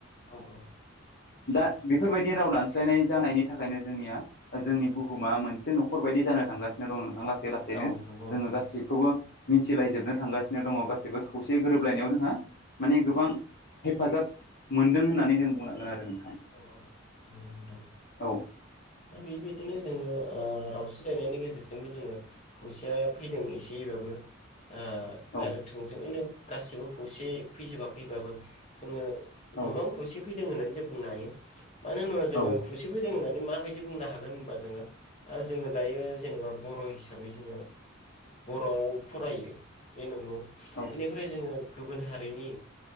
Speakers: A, on the left; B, on the left.
A: औ औ।
B: दा बेफोरबायदि राव दानस्लायनाय जानायनि थाखायनो जोंनिया जोंनि बुहुमा मोनसे न'खर बायदि जानो थांगासिनो दं नोंथां लास सै लासैनो
A: औ नंगौ नोंथां
B: जोङो गाैखौबो मिथिलायजोबनो थांगासिनो दङ गासिबो
A: औ
B: खौसे गोरोबलायनायाव जों हो माने गोबां हेफाजाब मोनदों होननानै जों बुंनांगोन आरो नों
A: औ औ नंगौ नोंथां।
B: औ
A: दा बिदि बिदिनो जोङो ओ राव सोलायनायनि गेजेरजोंनो जोङो खौसेया फैदों एसेबाबो। ओ
B: औ
A: डायरेक्ट थोंजोंयैनो गासिबो खौसे फैजोबाखैबाबो जोङो
B: औ
A: गोबां खौसे फैदों होननानै जों बुंनो हायो मानो होनोबा
B: औ
A: जोङो खौसे फैदों होननानै मा दि बुंनो हागोन होनबा जोङो जोङो दायो जेनेबा बर' हिसाबै जोङो बर'आव फरायो बे नंगौ
B: औ
A: एनिफ्राय जोङो गुबुन हारिनि